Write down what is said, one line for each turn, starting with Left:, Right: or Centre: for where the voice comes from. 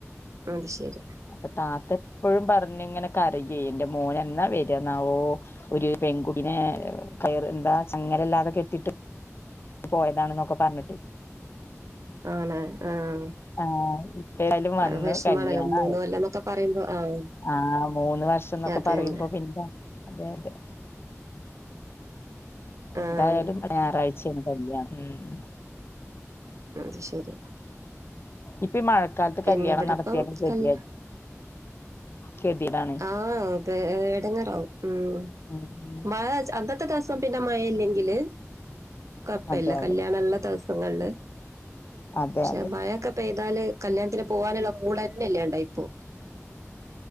Right: അത് ശെരി
Left: അപ്പോ താത്തപ്പഴും പറഞ്ഞിങ്ങനെ കരയെ എന്റെ മോനെന്നാ വര് ന്നാവോ ഒരു പെൺകുട്ടിനെ കയറ് എന്താ ചങ്ങലല്ലാതക്കെട്ടിട്ട് പോയതാണെന്നൊക്കെ പറഞ്ഞ്ട്ട്
Right: ആണോ ആഹ്
Left: ആഹ് ഇപ്പേതായാലും വന്നു
Right: ആഹ് വിഷ്മാണല്ല
Left: കല്യാണായി
Right: മൂന്നുകൊല്ലന്നൊക്കെ പറയുമ്പോ ആഹ്
Left: ആഹ് മൂന്ന് വർഷന്നൊക്കെ
Right: അത്
Left: പറയുമ്പോ
Right: തന്നെ
Left: പിന്നെ അതെ അതെ എന്തായാലും
Right: ആഹ്
Left: ഞായറാഴ്ചേണ് കല്യാണം ഉം ഉം
Right: അത് ശെരി
Left: ഇപ്പ ഈ മഴക്കാലത്ത്
Right: പിന്നെ
Left: കല്യാണം
Right: ഇവിടെപ്പം
Left: നടത്തിയാലും ഗതിയട്
Right: കല്
Left: ഗതിടാണ്
Right: ആഹ് അതെ എടങ്ങേറാവും ഉം
Left: ഉം
Right: മഴ അ ടുത്ത ദിവസം പിന്നെ മഴല്ലെങ്കില് കൊപ്പല്യ
Left: അതെ അതെ
Right: കല്യാണള്ള ദിവസങ്ങളില്
Left: അതെ
Right: പഷേ
Left: അതെ
Right: മഴയൊക്കെ പെയ്താല് കല്യാണത്തിന് പോവാനുള്ള മൂടെന്നെയല്ലണ്ടായിപ്പോം